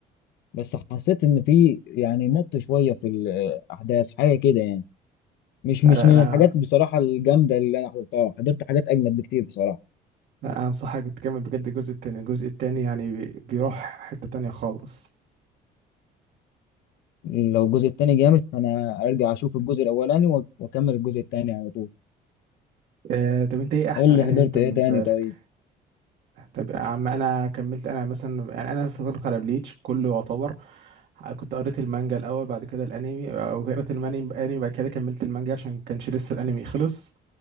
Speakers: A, on the left (about 80°); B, on the right (about 70°).
A: بس حسيت ان في يعني مط شويه في الاحداث حاجه كده يعني مش
B: لا
A: مش
B: لا
A: من
B: انا
A: الحاجات بصراحه الجامده اللي انا حضرتها حضرت حاجات اجمد بكتير بصراحه
B: لا انصحك تكمل بجد الجزء التاني الجزء التاني يعني بي- بيروح حتة تانية خالص
A: لو الجزء التاني جامد فانا ارجع اشوف الجزء الاولاني وأك- واكمل الجزء التاني على طول
B: آه طب انت ايه احسن
A: قول
B: انمي
A: لي حضرت
B: انت بالنسبة
A: ايه تاني
B: لك
A: طيب
B: طب يا عم انا كملت انا مثلا يعني انا فضلت على بليتش كله يعتبر كنت قريت المانجا الاول بعد كده الانمي او قريت الماني الانمي بعد كده كملت المانجا عشان كانش لسه الانمي خلص